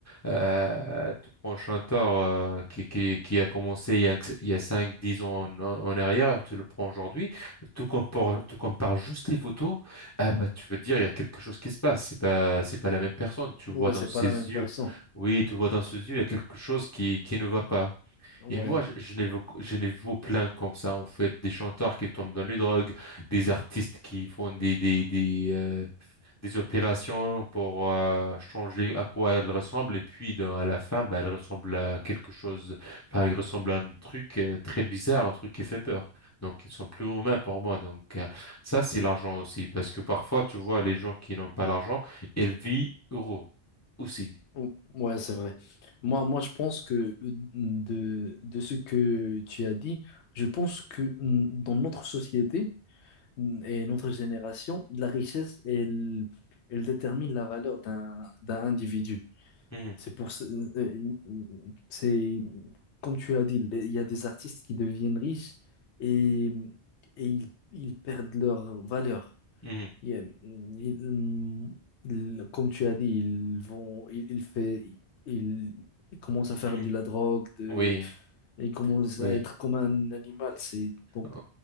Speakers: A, on the left; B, on the left.
A: Euh, tu prends un chanteur euh, qui, qui, qui a commencé il y a, il y a 5 10 ans en, en arrière, tu le prends aujourd'hui, tu compares, tu compares juste les photos, ah bah, tu veux dire, il y a quelque chose qui se passe, c'est pas, c'est pas la même personne, tu
B: Ouais,
A: vois dans
B: c'est
A: ses
B: pas la même personne.
A: yeux, oui, tu vois dans ses yeux, il y a quelque chose qui, qui ne va pas.
B: Ouais.
A: Et moi, je, je n'ai vu, je n'ai vu plein comme ça, en fait, des chanteurs qui tombent dans les drogues, des artistes qui font des, des, des, euh, des opérations pour euh, changer à quoi elle ressemble et puis dans- à la fin bah, elle ressemble à quelque chose enfin elle ressemble à un truc euh, très bizarre un truc qui fait peur donc ils sont plus humains pour moi donc euh, ça c'est l'argent aussi parce que parfois tu vois les gens qui n'ont pas l'argent ils vivent heureux aussi
B: Ou- Ouais, c'est vrai. Moi, moi, je pense que euh, de, de ce que tu as dit, je pense que mm, dans notre société, et notre génération, la richesse, elle, elle détermine la valeur d'un d'un individu.
A: Mhm,
B: C'est pour ce- euh, euh, c'est comme tu as dit, il y a des artistes qui deviennent riches et, et ils, ils perdent leur valeur.
A: mhm,
B: Il y a- ils- ils- comme tu as dit, ils vont, ils, ils fait, ils, ils commencent à faire
A: mhm.
B: de la drogue, de,
A: oui
B: ils commencent
A: oui
B: à être comme un animal. C'est donc
A: Oh,